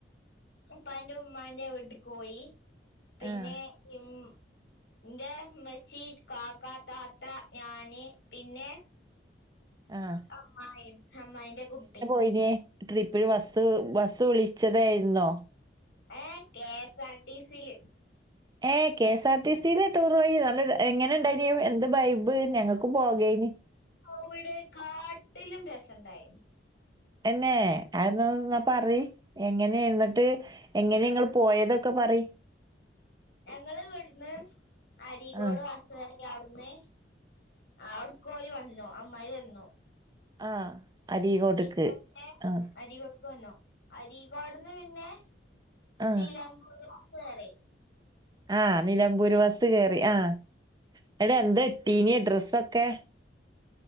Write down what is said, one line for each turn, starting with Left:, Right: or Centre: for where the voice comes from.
Left: ഉപ്പാന്റുമ്മാന്റെ വീട്ടില്ക്ക് പോയി പിന്നെ
Right: ആഹ്
Left: നും ഇന്റെ ഇമ്മച്ചീ കാക്ക താത്ത ഞാന് പിന്നെ
Right: ആഹ്
Left: അമ്മായീ അമ്മായിന്റെ കുട്ടി
Right: <unintelligible> ട്രിപ്ന് ബസ് ബസ്സ് വിളിച്ചതായിരുന്നോ
Left: ഏഹ് കെ എസ് ആർ ടി സിയില്
Right: ഏ K S R T സിയില tour പോയി നല്ല എങ്ങനെ ഇണ്ടായിന് എന്ത് ബൈബ് ഞങ്ങൾക്ക് പോകേന്
Left: ഇവിടെ കാട്ടിലും രസണ്ടായിന്
Right: എന്നേ അത്ന്ന്നാ ഒന്ന് പറയ് എങ്ങനെ എന്നിട്ട് എങ്ങനെ ഇങ്ങൾ പോയതൊക്കെ പറി
Left: ഞങ്ങള് ഇവട്ന്ന് അരീകോട്
Right: ആഹ്
Left: ബസ് കേറി അവ്ട്ന്ന് അവ്ട്ക്കോല് വന്നു അമ്മായി വന്നു
Right: ആഹ് അരീക്കോട്ട്ക്ക്
Left: ഇമ്മമ്മേ
Right: ആഹ്
Left: അരീക്കോട്ക്ക് വന്നു അരീക്കോട്ന്ന് പിന്നെ
Right: ആഹ്
Left: നിലമ്പൂർ <unintelligible> കേറി
Right: ആഹ് നിലമ്പൂർ ബസ് കേറി ആഹ് ഇന്നെട്ട് എന്താ ഇട്ടീന്യേ ഡ്രസ്സൊക്കെ